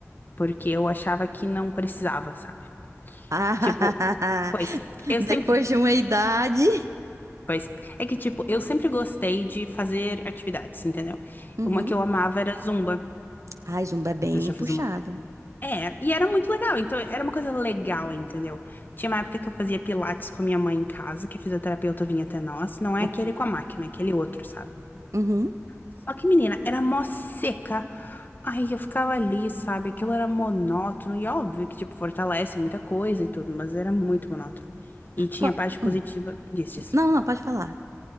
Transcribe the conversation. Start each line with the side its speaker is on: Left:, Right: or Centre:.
Left: Porque eu achava que não precisava, sabe?
Right: <laughs>
Left: Tipo, pois,
Right: <laughs>
Left: eu
Right: Depois
Left: sempre,
Right: de uma idade.
Left: Pois é que, tipo, eu sempre gostei de fazer atividades, entendeu?
Right: Uhum.
Left: Uma que eu amava era Zumba.
Right: Ai, Zumba é bem
Left: você já
Right: puxado.
Left: fez uma. É, e era muito legal, então era uma coisa legal, entendeu? Tinha uma época que eu fazia pilates com a minha mãe em casa, que a fisioterapeuta vinha até nós. Não é
Right: Uhum.
Left: aquele com a máquina, é aquele outro, sabe?
Right: Uhum.
Left: Só que, menina, era mó seca. Ai, eu ficava ali, sabe? Aquilo era monótono e óbvio que, tipo, fortalece muita coisa e tudo, mas era muito monótono. E tinha
Right: Qua-
Left: a parte positiva
Right: hum.
Left: disso.
Right: Não, não, pode falar.